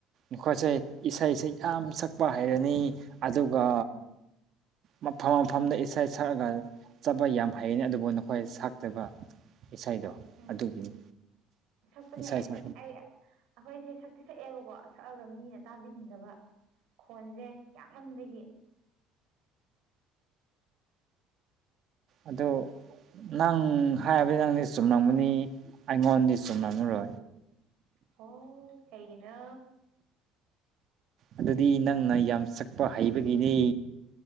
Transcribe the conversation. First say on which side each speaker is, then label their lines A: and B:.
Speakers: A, on the right; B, on the right.
A: ꯑꯩꯈꯣꯏꯁꯦ ꯏꯁꯩꯁꯦ ꯌꯥꯝ ꯁꯛꯄ ꯍꯩꯔꯅꯤ ꯑꯗꯨꯒ
B: ꯎꯝ
A: ꯃꯐꯝ ꯃꯐꯝꯗ ꯏꯁꯩ ꯁꯛꯂꯒ ꯆꯠꯄ ꯌꯥꯝ ꯍꯩꯅꯤ ꯑꯗꯨꯕꯨ ꯅꯈꯣꯏ ꯁꯛꯇꯕ ꯏꯁꯩꯗꯣ
B: ꯎꯝ
A: ꯑꯗꯨꯒꯤꯅꯤ
B: ꯁꯛꯄꯅꯦ
A: ꯏꯁꯩ ꯁ
B: ꯁꯛ ꯑꯩ ꯑꯩꯈꯣꯏꯁꯦ ꯁꯛꯇꯤ ꯁꯛꯑꯦꯕꯀꯣ ꯁꯛꯑꯒ ꯃꯤꯅ ꯇꯥꯕꯤꯅꯤꯡꯗꯕ ꯈꯣꯟꯁꯦ ꯌꯥꯝꯃꯟꯗꯒꯤ
A: ꯑꯗꯨ ꯅꯪ ꯍꯥꯏꯔꯕꯗꯤ ꯅꯪꯗꯤ ꯆꯨꯝꯅꯤꯡꯕꯅꯤ ꯑꯩꯉꯣꯟꯗꯤ ꯅꯝ ꯔꯦ
B: ꯍ ꯀꯩꯒꯤꯅ
A: ꯑꯗꯨꯗꯤ ꯅꯪꯅ ꯌꯥꯝ ꯆꯛꯄ ꯍꯩꯕꯒꯤꯅꯦ